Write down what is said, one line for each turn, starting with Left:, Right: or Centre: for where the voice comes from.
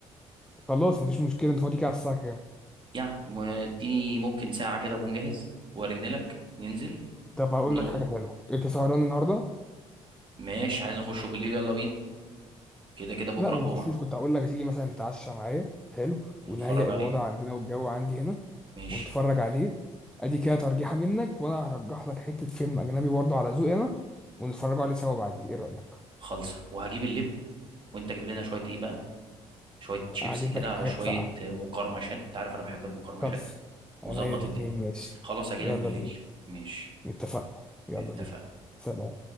Centre: خلاص مفيش مشكله انت فاضيك على الساعه كام
Right: يعني م- اديني ممكن ساعه كده اكون جاهز وارن لك ننزل
Centre: طب هقول
Right: ونروح
Centre: لك حاجه حلوه انت سهران النهارده
Right: ماشي عايز نخشه بالليل يلا بينا كده كده بكره
Centre: لا ما
Right: الجمعه
Centre: نخشوش كنت هقول لك هتيجي مثلا تتعشى معايا حلو
Right: نتفرج
Centre: ونهيئ
Right: عليه
Centre: الوضع عندنا والجو عندي هنا
Right: ماشي
Centre: ونتفرج عليه ادي كده ترجيحة منك وانا هرجح لك حتة فيلم اجنبي برضه على ذوقي انا ونتفرجوا عليه سوا بعديه ايه رأيك
Right: خلصه وهجيب اللب وانت جيب لنا شويه ايه بقى شويه شيبسي
Centre: هجيب
Right: كده
Centre: لك الحاجات
Right: على شويه
Centre: ساقعة
Right: آه، مقرمشات انت عارف انا بحب المقرمشات
Centre: خلص انا
Right: وظبط
Centre: هي الاتنين
Right: الدنيا
Centre: ماشي
Right: خلاص هجيلك
Centre: يلا
Right: بالليل
Centre: بينا
Right: ماشي
Centre: اتفقنا يلا
Right: اتفقنا
Centre: بينا سلام